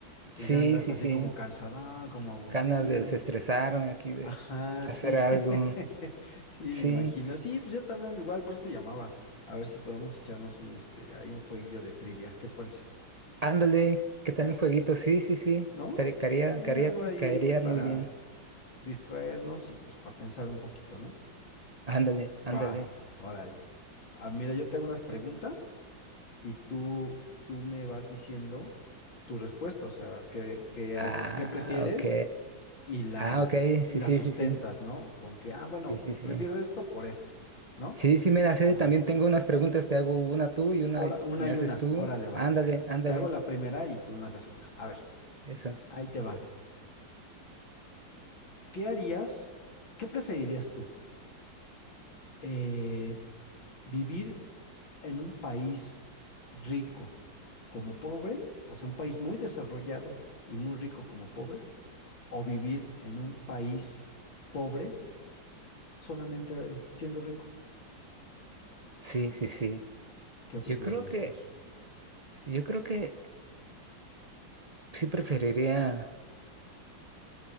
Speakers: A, on the left; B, on the right.
A: pues
B: Sí,
A: ya andas
B: sí,
A: así
B: sí.
A: como cansada, como aburrida.
B: Ganas de desestresarme aquí, de
A: Ajá,
B: hacer
A: sí,
B: algo.
A: <laughs> sí, me
B: Sí.
A: imagino. Sí, pues yo también ando igual, por eso te llamaba. A ver si podemos echarnos un, este, hay un jueguillo de trivia, ¿qué te parece?
B: Ándale, ¿qué tal
A: S-
B: un jueguito? Sí, sí, sí.
A: ¿No?
B: Estaría, caería,
A: Eh,
B: caería,
A: algo ahí,
B: caería
A: ahí para
B: muy bien.
A: distraernos y pues para pensar un poquito, ¿no?
B: Ándale,
A: Va,
B: ándale.
A: órale. Ah, mira, yo te hago unas preguntas y tú, tú me vas diciendo tu respuesta, o sea, que, que,
B: Ah,
A: al- que prefieres
B: ok.
A: y la,
B: Ah, ok.
A: y
B: Sí,
A: la
B: sí,
A: sustentas,
B: sí, sí.
A: ¿no? Con que, ah, bueno,
B: Sí, sí, sí.
A: prefiero esto por esto, ¿no?
B: Sí, sí, me la sé.
A: ¿Cómo
B: También
A: ves?
B: tengo unas preguntas. Te hago una tú y una
A: Ora- una
B: me
A: y
B: haces
A: una,
B: tú.
A: órale va.
B: Ándale, ándale.
A: Te hago la primera y tú más la segunda. A ver,
B: Eso.
A: ahí te va. ¿Qué harías? ¿Qué preferirías tú? Eh, ¿vivir en un país rico como pobre? O sea, un país muy desarrollado y muy rico como pobre o vivir en un país pobre solamente siendo rico.
B: Sí, sí, sí.
A: ¿Qué
B: Yo
A: preferirías
B: creo que...
A: saber?
B: Yo creo que sí preferiría